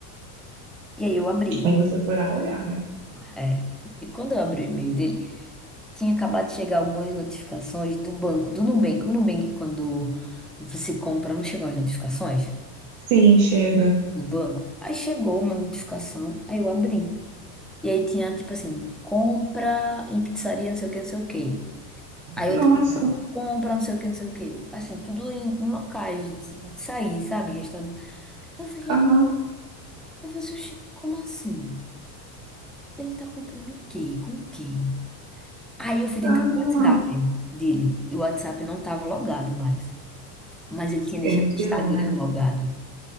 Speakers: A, in the centre; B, on the right.
A: E aí eu abri.
B: Aí você foi lá olhar, né?
A: É. E quando eu abri o e-mail dele, tinha acabado de chegar algumas notificações do banco, do Nubank. O Nubank, quando você compra, não chegam as notificações
B: Sim, chega.
A: do banco. Aí chegou uma notificação, aí eu abri. E aí tinha, tipo assim, compra em pizzaria, não sei o que, não sei o que. Aí
B: Nossa,
A: outra, compra, não sei o que, não sei o que. Assim, tudo em, em locais de, de sair, sabe? Restaurante. Eu fiquei,
B: aham,
A: eu falei, assim, "Oxi, como assim? Ele tá comprando o quê? Com quem? Aí eu fui
B: caramba.
A: tentar o WhatsApp dele. E o WhatsApp não tava logado mais. Mas ele tinha deixado
B: Ele
A: o Instagram
B: tirou, né?
A: logado.